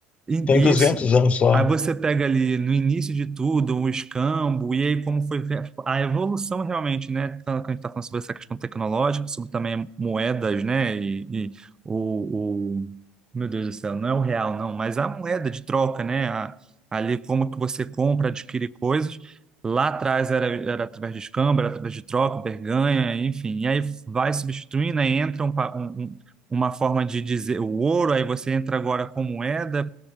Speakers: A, on the right; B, on the left.
A: E-
B: tem
A: Isso.
B: 200 anos só.
A: Aí você pega ali no início de tudo o escambo, e aí como foi ver a evolução realmente, né? Tanto que a gente está falando sobre essa questão tecnológica, sobre também moedas, né? E, e o, o- Meu Deus do céu, não é o real, não, mas a moeda de troca, né? A- ali como que você compra, adquire coisas. Lá atrás era, era através de escambo, era através de troca, barganha, enfim. E aí vai substituindo, aí entra uma forma de dizer o ouro, aí você entra agora com moeda